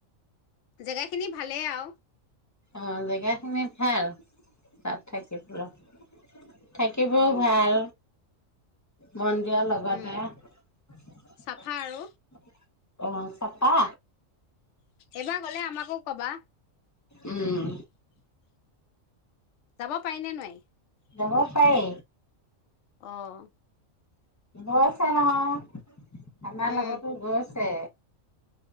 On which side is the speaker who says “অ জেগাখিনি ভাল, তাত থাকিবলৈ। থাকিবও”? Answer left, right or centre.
Left